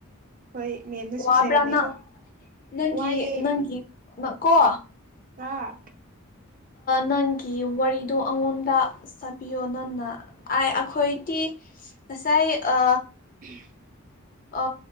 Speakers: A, on the right; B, on the left.
A: ꯍꯣꯏ ꯃꯦꯝꯅꯁꯨ
B: ꯋꯥꯕ꯭ꯔꯥ
A: ꯆꯩꯔꯝꯃꯦꯀꯣ
B: ꯅꯪ ꯅꯪꯒꯤ
A: ꯋꯥꯏꯌꯦ
B: ꯅꯪꯒꯤꯪ ꯀꯣ
A: ꯑꯥ
B: ꯅꯪꯒꯤ ꯋꯥꯔꯤꯗꯣ ꯑꯩꯉꯣꯟꯗ ꯆꯥꯕꯤꯌꯣ ꯅꯪꯅ ꯑꯥꯏ ꯑꯩꯈꯣꯏꯗꯤ ꯀꯁꯥꯏ ꯑ
A: <inaudible>
B: ꯑ